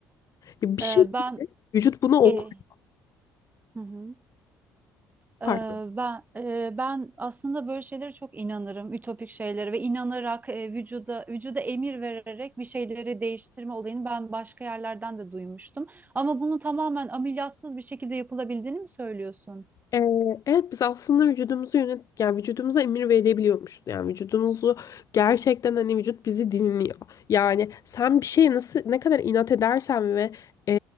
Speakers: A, on the left (about 50°); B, on the right (about 25°).
A: Bir
B: Ee,
A: şey
B: ben
A: vücut bunu okuyor.
B: e, hı hı. Ee,
A: Pardon.
B: Ben e, ben aslında böyle şeylere çok inanırım, ütopik şeylere ve inanarak e, vücuda vücuda emir vererek bir şeyleri değiştirme olayını ben başka yerlerden de duymuştum. Ama bunun tamamen ameliyatsız bir şekilde yapılabildiğini mi söylüyorsun?
A: Ee, evet biz aslında vücudumuzu yönet yani vücudumuza emir verebiliyormuşuz. Yani vücudumuzu gerçekten hani vücut bizi dinliyor. Yani sen bir şeye nasıl ne kadar inat edersen ve e,